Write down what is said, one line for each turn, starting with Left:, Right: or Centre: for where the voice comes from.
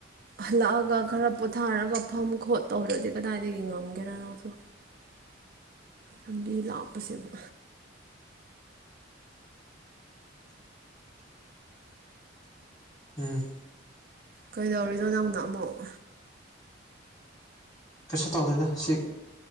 Right: ꯍꯜꯂꯛꯑꯒ ꯈꯔ ꯄꯣꯊꯥꯔꯒ ꯐꯝ ꯈꯣꯠ ꯇꯧꯗ꯭ꯔꯗꯤ ꯀꯗꯥꯏꯗꯒꯤ ꯉꯝꯒꯦꯔ ꯅꯪꯁꯨ ꯂꯝꯕꯤ ꯂꯥꯛꯄꯁꯦꯕ
Left: ꯎꯝ
Right: ꯀꯩꯗꯧꯔꯤꯅꯣ ꯅꯪꯅ ꯑꯃꯨꯛ
Left: ꯀꯩꯁꯨ ꯇꯧꯗꯦꯗ ꯁꯤ